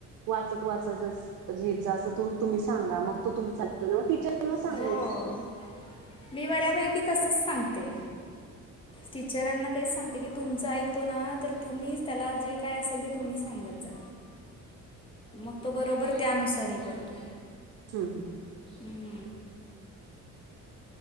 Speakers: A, on the right; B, on the left.
A: वाचत वाचतच. लिहीत जा असं तू तुम्ही सांगा मग तो तुमच एकतो मग टीचरना सांगायच.
B: हो मी बऱ्यापैकी तसच सांगते टीचराना तेच सांगते की तुमचं ऐकतो ना तर तुम्हीच त्याला जे काय असेल ते तुम्ही सांगत जा मग तो बरोबर त्यानुसार हे करतो.
A: हम्म हम्म.
B: हम्म